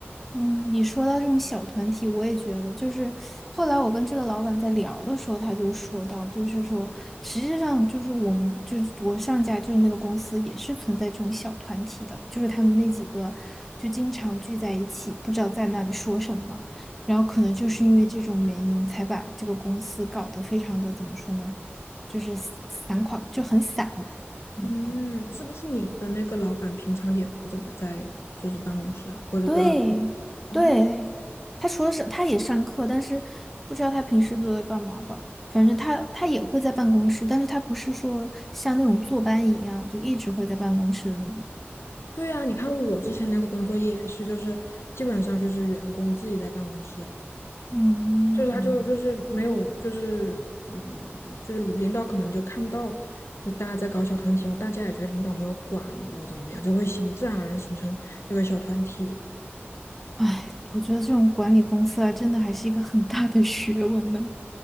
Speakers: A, in the centre; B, on the left.
A: 嗯，你说到这种小团体，我也觉得，就是后来我跟这个老板在聊的时候，他就说到，就是说，实际上就是我们就是我上家就是那个公司也是存在这种小团体的，就是他们那几个就经常聚在一起，不知道在那里说什么，然后可能就是因为这种原因，才把这个公司搞得非常的怎么说呢，就是散垮，就很散。嗯。
B: 嗯，是不是你的那个老板平常也不怎么在就是办公室啊，或者呃
A: 对对，
B: 哦，
A: 他除了上，他也上课，但是不知道他平时都在干嘛吧。反正他他也会在办公室，但是他不是说像那种坐班一样，就一直会在办公室的那种。
B: 对啊，你看我之前那个工作也是，就是基本上就是员工自己在办公室，
A: 嗯，
B: 就是他就就是没有，就是嗯，就是领导可能就看不到，就大家在搞小团体，然后大家也觉得领导没有管我怎么怎么样，就会形自然而然形成这个小团体。
A: 哎，我觉得这种管理公司啊，真的还是一个很大的学问呢。